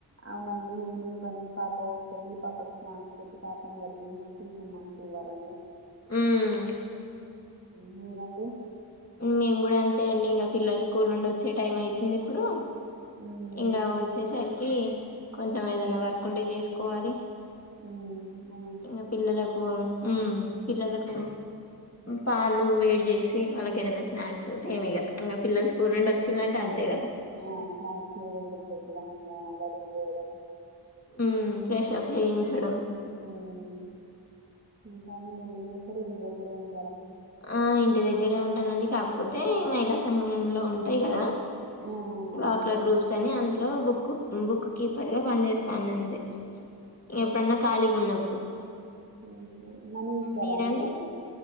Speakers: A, on the right; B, on the left.
A: అవునండి ఈవినింగ్ పని పాప వస్తేది పాపకి స్నాక్స్ పెట్టి పాపని రెడీ చేసి ట్యూషన్ పంపివ్వాలండి
B: మ్మ్
A: మీరండి
B: మేము కూడా అంతే అండి ఇంకా పిల్లలు స్కూల్ నుండి వచ్చే టైం అవుతుంది ఇప్పుడు
A: మ్మ్,
B: ఇంకా
A: ఓ
B: వచ్చేసరికి కొంచెం ఏదన్నా వర్క్ ఉంటే చేసుకోవాలి
A: ఉమ్ అ
B: ఇంగ పిల్లలకు ఉమ్ పిల్లలకు పాలు వేడి చేసి, వాళ్ళకి ఏదైనా స్నాక్స్ సేమ్ ఇగ. ఇంగ పిల్లలు స్కూల్ నుండి వచ్చిలాంటే అన్ తె కదా
A: ఆ స్నాక్స్ ఏదోకటి పెట్టడం, ఇంగా రడీ చేయడం.
B: ఉమ్, ఫ్రెషప్ చేయించడం.
A: టిప్స్. మ్మ్. ఇంకా అండి, మీరేం చేస్తరు? ఇంటి దగ్గరే ఉన్
B: ఆ, ఇంటి దగ్గరే ఉంటానండి. కాప్ పోతే మహిళా సంఘంలో ఉంటాయి కదా
A: ఆ అవునండి
B: వాక్రా గ్రూప్స్ అని అందులో బుక్ బుక్ కీపర్ గా పనిచేస్తాను అంతే ఇ ఎప్పుడున్న కలిగ ఉన్నపుడు
A: ఉమ్ హూ, మనీ ఇస్తరా
B: మీరండి
A: అండి మరి?